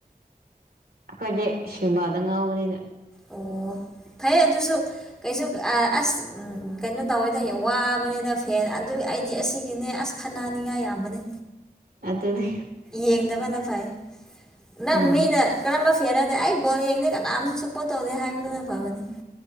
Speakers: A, on the right; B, in the centre.
A: ꯑꯩꯈꯣꯏꯗꯤ ꯁꯤꯃꯥꯗ ꯉꯥꯎꯕꯅꯤꯅ <inaudible>
B: ꯑꯣ ꯐꯩ ꯑꯗꯨꯁꯨ ꯀꯩꯁꯨ ꯑꯥ ꯑꯁ ꯎꯝꯎꯝ ꯀꯩꯅꯣ ꯇꯧꯋꯤꯗ ꯋꯥꯕꯅꯤꯗ ꯐꯦꯟ ꯑꯗꯨ ꯑꯩꯗꯤ ꯑꯁꯤꯒꯤꯅꯦ ꯑꯁ ꯈꯠꯅꯥꯅꯤꯡꯉꯥꯏ ꯌꯥꯝꯕꯅꯤ
A: ꯑꯗꯨꯅꯤ
B: ꯌꯦꯡꯗꯕꯅ ꯐꯩ ꯅꯪ
A: ꯎꯝ
B: ꯃꯤꯅ ꯀꯔꯝꯕ ꯐꯦꯟꯅꯣꯗꯤ ꯑꯩ ꯕꯣꯜ ꯌꯦꯡꯗꯦ ꯀꯅꯥꯝꯁꯨ ꯁꯞꯄꯣꯔꯠ ꯇꯧꯗꯦ ꯍꯥꯏꯕꯗꯨꯅ ꯐꯕꯅꯤ